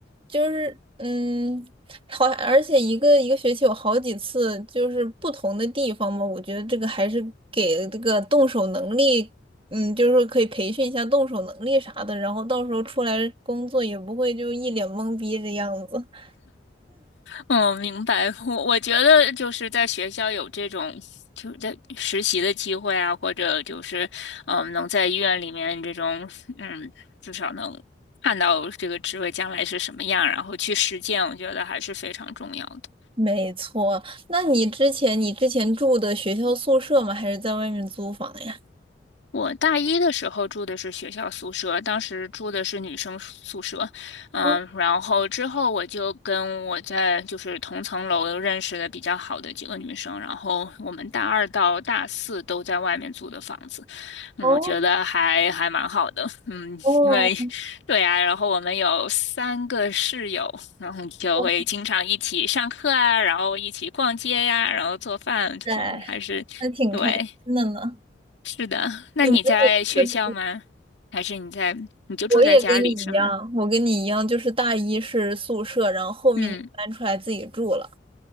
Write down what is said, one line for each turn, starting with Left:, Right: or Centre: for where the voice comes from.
Right: 就是嗯，好，而且一个一个学期有好几次，就是不同的地方嘛，我觉得这个还是给这个动手能力，嗯，就是说可以培训一下动手能力啥的，然后到时候出来工作也不会就一脸懵逼的样子。<laughs>
Left: 嗯，明白。我我觉得就是在学校有这种就在实习的机会啊，或者就是嗯，能在医院里面这种嗯，至少能看到这个职位将来是什么样，然后去实践，我觉得还是非常重要的。
Right: 没错，那你之前你之前住的学校宿舍吗？还是在外面租房呀？
Left: 我大一的时候住的是学校宿舍，当时住的是女生宿舍，嗯，
Right: 哦
Left: 然后之后我就跟我在就是同层楼认识的比较好的几个女生，然后我们大二到大四都在外面租的房子，嗯，
Right: 哦，
Left: 我觉得还还蛮好的，嗯，
Right: 哦，
Left: 因为对啊，然后我们有三个室友，然后就会经常一起上课啊，
Right: 哇
Left: 然后一起逛街呀，然后做饭，
Right: 塞，
Left: 嗯还是对。
Right: 还挺开心的呢。
Left: 是的，那你在学校吗？
Right: 你们也是，
Left: 还是你在，你就住在家里是吗？
Right: 我也跟你一样，我跟你一样，就是大一是宿舍，然后后面就搬出来自己住了。
Left: 嗯，